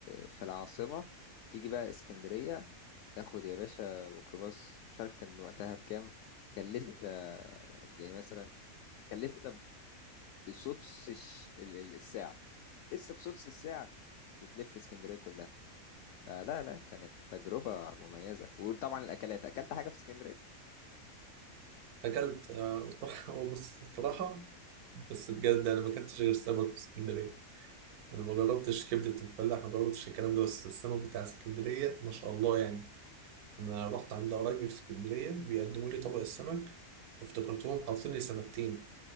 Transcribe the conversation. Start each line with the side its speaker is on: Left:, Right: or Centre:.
Left: في العاصمة تيجي بقى اسكندرية تاخد يا باشا ميكروباص مش عارف كان وقتها بكام كان لسه يعني مثلا كان لسه بسدس الش- ال- ال- السعر لسه بسدس السعر وتلف اسكندرية كلها فلا لا كانت تجربة مميزة وطبعا الأكلات أكلت حاجة في اسكندرية
Right: اكلت آه، <laughs> وصراحة- هو بص بصراحة بس بجد انا ما اكلتش غير سمك في اسكندرية انا ما جربتش كبدة الفلاح ما جربتش الكلام ده بس السمك بتاع اسكندرية ما شاء الله يعني انا رحت عند قرايبي في اسكندرية بيقدموا لي طبق السمك افتكرتهم حاطين لي سمكتين